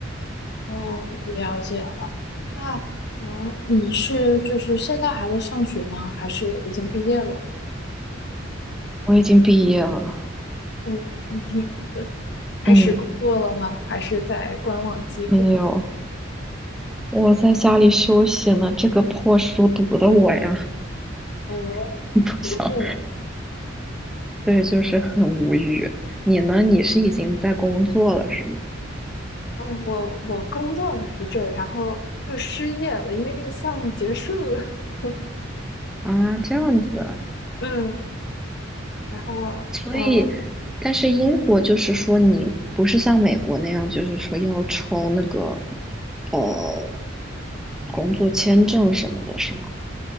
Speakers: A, on the left; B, in the centre.
A: 哦，我了解了。那呃，你是就是现在还在上学吗？还是已经毕业了？
B: 我已经毕业了，
A: 嗯，已经呃开始工作了吗？
B: 嗯，
A: 还是在观望机会？
B: 没有，我在家里休息呢。这个破书读的我呀，
A: 哦，
B: <laughs> 不想
A: 独立了。
B: 对，就是很无语。你呢？你是已经在工作了是吗？
A: 啊，我我工作了一阵儿，然后又失业了，因为那个项目结束了。<laughs>
B: 啊，这样子啊
A: 嗯，然后嗯
B: 所以，但是英国就是说，你不是像美国那样，就是说要抽那个呃工作签证什么的，是吗？